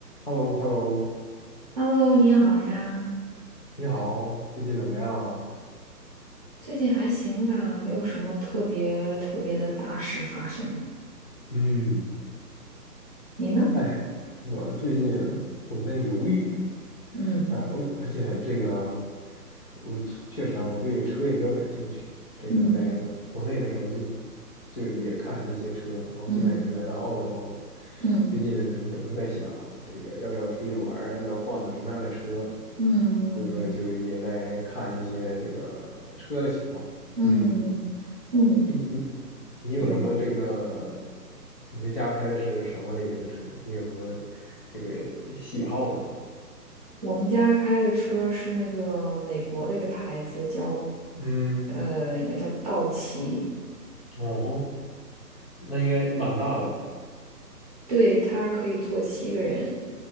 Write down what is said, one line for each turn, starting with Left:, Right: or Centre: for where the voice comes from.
Left: h e l l o h e l l o
Right: Hello，你好呀，
Left: 你好，最近怎么样啊？
Right: 最近还行吧，没有什么特别特别的大事发生。
Left: 嗯，
Right: 你呢？
Left: 哎，我最近总在犹豫，
Right: 嗯
Left: 哎，我而且这个，我确确实啊，我对车也比较感兴趣。这个在国内的时候就
Right: 嗯
Left: 就也看一些车，然后现在也是来到澳洲了嘛，
Right: 嗯嗯
Left: 最近总是在想这个要不要出去玩儿，要不要换个什么样的车，
Right: 嗯
Left: 所以说就也在看一些这个车的情况。
Right: 嗯嗯，
Left: 嗯。你你你有什么这个？
Right: 有。
Left: 你们家开的是什么类型的车？你有什么这个喜好吗？
Right: 我们家开的车是那个美国的一个牌子，叫
Left: 嗯，
Right: 呃，应该叫道奇。
Left: 哦吼，那应该蛮大的吧？
Right: 对，它可以坐七个人，